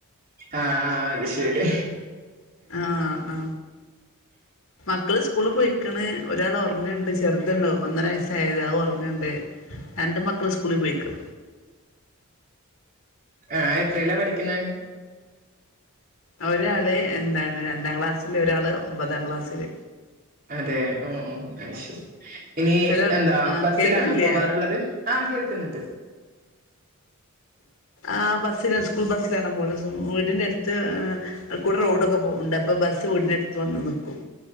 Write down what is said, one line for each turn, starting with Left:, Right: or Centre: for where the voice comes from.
Right: ആ ആ അത്ശെരി
Left: ആ ആ മക്കള് സ്കൂള് പൊയ്ക്ക്ണ് ഒരാള് ഒറങ്ങ്ണ്ട് ചെറുത്ണ്ട് ഒന്നര വയസ്സായിത് അത് ഒറ ങ്ങണ്ട് രണ്ട് മക്ക ക്കള് സ്കൂള് പോയ്ക്ക്ണ്
Right: ആ എത്രേലാ പഠിക്കുന്നെ?
Left: ഒരാള് എന്താണ് രണ്ടാക്ലാസില് ഒരാള് ഒമ്പതാക്ലാസില്
Right: അതെ ഉം ഉം അയ് ശരി. ഇനി
Left: ഹലോ
Right: എന്താ
Left: ആഹ്
Right: ബസ്സിലാണോ
Left: കേക്ക്ണില്ലേ
Right: പോവാറുള്ളത്? ആ കേൾക്കുന്നുണ്ട്.
Left: ആ ബസ്സിലാ സ്കൂൾ ബസ്സിലാണ് <unintelligible> വീടിന്റെ അടുത്ത് ആഹ് കൂടെ റോഡൊക്കെ പോവുണ്ട്. അപ്പോ ബസ് സ് വീടിന്റടുത്തു വന്ന് നിക്കും.